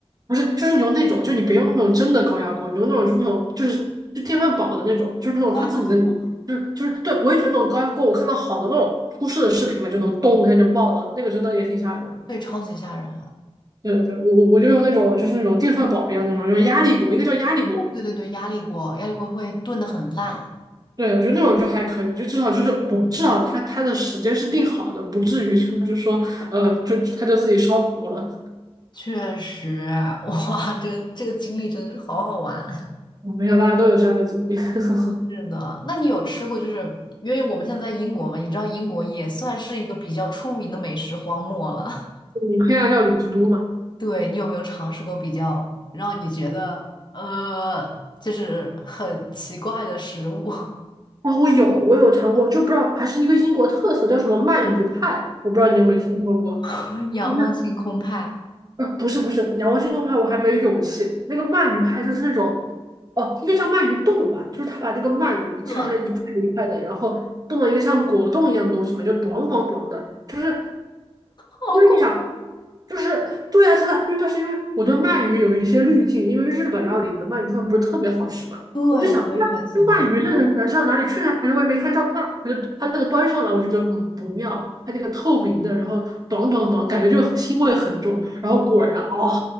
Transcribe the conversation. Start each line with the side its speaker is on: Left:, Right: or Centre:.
Right: 不是，就是你用那种，就你别用那种真的高压锅，你用那种就是那种就是就电饭煲的那种，就是那种它自己的里面就是就是对，
Left: 哦，
Right: 我也觉得那种高压锅，我看到好的那种出事的视频嘛，就能咚一下就爆了，那个真的也挺吓人的。
Left: 对，超级吓人啊
Right: 对对对，我我我就用那种就是那种电饭煲一样那种，用压力锅，应该叫压力锅，
Left: 对对对，压力锅，压力锅会炖得很烂，
Right: 对，我觉得那种就还可以，就至少就是不，至少他他的时间是定好的，不至于就是说，呃，就他就自己烧糊了。
Left: 确实，<laughs> 哇，这个这个经历真的是好好玩。
Right: 我没想到大家都有这样的经历。<laughs>
Left: 是的，那你有吃过就是，因为我们现在在英国嘛，你知道英国也算是一个比较出名的美食荒漠了。
Right: 你黑暗料理之都嘛？
Left: <laughs> 对，你有没有尝试过比较让你觉得呃，就是很奇怪的食物？
Right: 啊，我有，我有尝过，就不知道还是一个英国特色，叫什么鳗鱼派，我不知道你有没有听说过。
Left: <laughs> 仰望星空派，
Right: 就是呃，不是不是，仰望星空派我还没有勇气。那个鳗鱼派就是那种，哦，应该叫鳗鱼冻吧，就是他把那个鳗鱼切成一块一块的，
Left: 对，好
Right: 然后冻了一个像果冻一样的东西嘛，就短短短的，就是。
Left: 恐怖。
Right: 因为你想，就是对呀，真的，因为但是因为我对鳗鱼有一些滤镜，因为日本料理的鳗鱼饭不是特别好吃嘛，
Left: 对，
Right: 我就想，
Left: 我也很喜欢。
Right: 那那鳗鱼的人上哪里去呢？反正我也没看照片儿，反正它那个端上来，我就觉得嗯不妙，它那个透明的，然后短短短，感觉就腥味很重，然后果然哦，